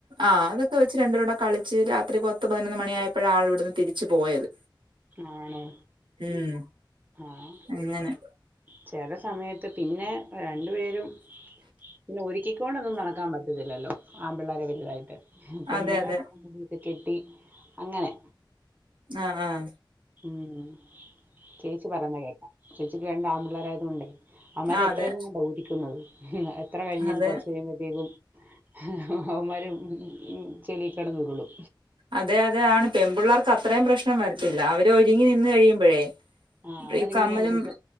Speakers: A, on the right; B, on the right.
A: ആ അതൊക്കെ വെച്ച് രണ്ടുടെ കളിച്ച് രാത്രി പത്ത് പതിനൊന്ന് മണിയായപ്പോഴാ ആൾവിടുന്ന് തിരിച്ച് പോയത്.
B: ആണോ
A: ഉം
B: ആഹ്
A: അങ്ങനെ
B: ചെല സമയത്ത് പിന്നെ വേ രണ്ടു പേരും പിന്നെ ഒരുക്കിക്കോണ്ടന്നും നടക്കാൻ പറ്റുന്നില്ല. ല്ലോ ആണ്‌പിള്ളേരെ വലുതായിട്ട്. പെമ്പിള്ളേരെ
A: അതെ അതെ
B: <unintelligible> കെട്ടി അങ്ങനെ
A: ആഹ ആഹ
B: ഉം ചേച്ചി പറയുന്നേ കേക്കാ ചേച്ചിക്ക് രണ്ട് ആമ്പിള്ളേരായതോണ്ടേ അവൻമാരെ
A: ആ
B: എത്രയുന്നും
A: അതെ
B: കണ്ടാ ഒരുക്കുന്നത്. ഹും അത് എത്ര കഴിഞ്ഞാലും
A: അതെ
B: കുറച്ച് കഴിയുമ്പഴത്തേക്കും ഹെ അവന്മാര് ചെളിയില് കെടന്ന് ഉരുളും
A: അതെ അതെ ആണ് പെണ്‌ പിള്ളേർ ക്ക് അത്രയും പ്രശ്നം വരത്തില്ല ഒരുങ്ങി നിന്ന് കഴിയുമ്പോഴേ
B: ആഹ് അവരിങ്ങനെ
A: ഈ കമ്മലും
B: ഇരുന്ന്